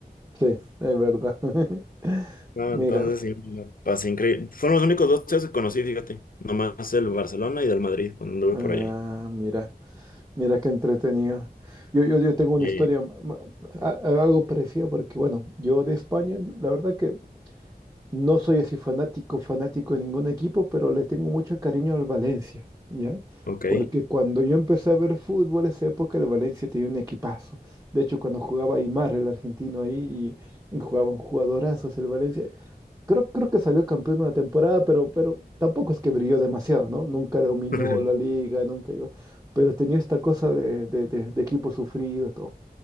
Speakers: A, on the right (about 20°); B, on the left (about 60°).
A: sí, es verdad. <laughs>
B: No,
A: Mira,
B: entonces sí, me la pasé increíble. Fueron los únicos dos tíos que conocí, fíjate. Nomás el Barcelona y del Madrid cuando anduve
A: ah,
B: por allá.
A: mira, mira qué entretenido. Yo, yo, yo tengo una
B: Sí.
A: historia, ma- ma- a- a- algo parecido, porque bueno, yo de España, la verdad que no soy así fanático, fanático de ningún equipo, pero le tengo mucho cariño al Valencia, ¿ya?
B: Ok.
A: Porque cuando yo empecé a ver fútbol, esa época el Valencia tenía un equipazo. De hecho, cuando jugaba Aymar, el argentino ahí, y y jugaban jugadorazos el Valencia. Creo, creo que salió campeón una temporada, pero, pero tampoco es que brilló demasiado, ¿no? Nunca dominó
B: <laughs>
A: la liga, nunca iba. Pero tenía esta cosa de, de- de- de equipo sufrido, todo.